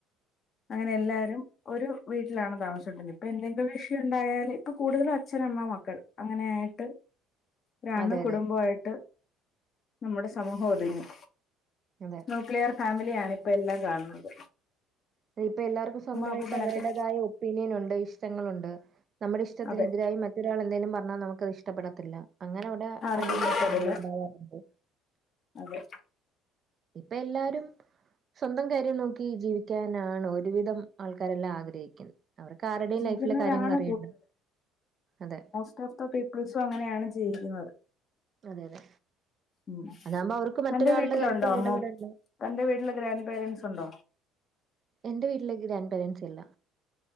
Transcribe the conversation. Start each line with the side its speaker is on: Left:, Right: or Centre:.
Left: അങ്ങനെ എല്ലാരും ഒരു വീട്ടിലാണ് താമസിച്ചോണ്ട് ഇരുന്നെ ഇപ്പ എന്തെങ്കിലും വിഷയം ഇണ്ടായാൽ ഇപ്പം കൂട്തെലും അച്ഛൻ അമ്മ മക്കൾ അങ്ങനെയായിട്ട് ഒരു അണു
Right: അതെ,
Left: കുടുംബ
Right: അതെ.
Left: ആയിട്ട് നമ്മുടെ സമൂഹം ഒതുങ്ങി.
Right: അതെ
Left: ന്യൂക്ലിയെർ ഫാമിലിയാണ് ഇപ്പം എല്ലാം കാണുന്നെത്
Right: അതിൽ ഇപ്പം എല്ലാർക്കും സ്വന്തവായിട്ട്
Left: അപ്പൂപ്പനൊക്കെ
Right: അവരുടെതായ ഒ പ്പീനിയെൻ ഉണ്ട് ഇഷ്ടങ്ങൾ ഉണ്ട് നമ്മുടെ ഇഷ്ടത്തിനെതിരായി
Left: അതെ
Right: മറ്റ് റ്റൊരാൾ എന്തെങ്കിലും പറഞ്ഞാൽ നമുക്ക് അത് ഇഷ്ടപ്പെടത്തില്ല അങ്ങനെ നെ
Left: ആർക്കും
Right: അടിം
Left: ഇഷ്ടപ്പെടില്ല
Right: പ്രശ്നങ്ങളും ഇണ്ടാവാറ് ഇണ്ട്
Left: അതെ
Right: ഇപ്പ എല്ലാരും സ്വന്തം കാര്യം നോക്കി ജീവി ക്കെന്നാണ് ഒരുവിധം ആൾക്കാരെല്ലാം ആഗ്രഹിക്കി അവര്ക്ക് ആരടെം
Left: ജീവിക്കുന്നവരാണ്
Right: ലൈഫിലെ കാര്യങ്ങൾ അറിയെണ്ട അതെ
Left: ഇപ്പത്തെ പീപ്പിൾസും അങ്ങനെയാണ് ജീവിക്കുന്നെത്
Right: അതെ അതെ
Left: ഉം
Right: അതാകുമ്പോ അവർക്ക് മറ്റൊരാളുടെ
Left: തന്റെ വീട്ടിലുണ്ടോ
Right: കാര്യത്തിൽ
Left: അമ്മോം
Right: ഇടപെടണ്ട
Left: തന്റെ വീട്ടില് ഗ്രാൻന്റ് പാരന്റ്സ് ഉണ്ടോ?
Right: എന്റെ വീട്ടിൽ ഗ്രാന്റ് പാരെൻസ് ഇല്ല